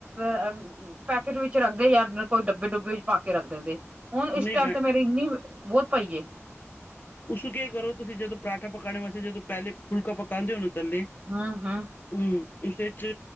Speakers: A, on the right; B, on the left.
A: <inaudible> ਪੈਕੇਟ ਵਿੱਚ ਰੱਖਦੇ ਯਾ ਕੋਈ ਡੱਬੇ ਡੁੱਬੇ ਵਿੱਚ ਪਾ ਕੇ ਰੱਖ ਦੇਂਦੇ, ਹੁਨ ਇਸ
B: ਨਹੀਂ
A: ਟਾਈਮ
B: ਬੈ
A: ਤੇ ਮੇਰੀ ਇੰਨੀ ਬੋਤ ਪਈ ਏ।
B: ਉਸੂੰ ਕੇ ਕਰੋ ਤੁਸੀ ਜਦੋ ਪਰਾਂਠਾ ਪਕਾਣੇ ਵਾਸਤੇ ਜਦੋ ਪੈਲੇ ਫੁਲਕਾ ਪਕਾਂਦੇ ਓ ਨਾ ਤੱਲੇ
A: ਹੂੰ-ਹੂੰ।
B: ਹੂੰ, ਉਸੇ ਚ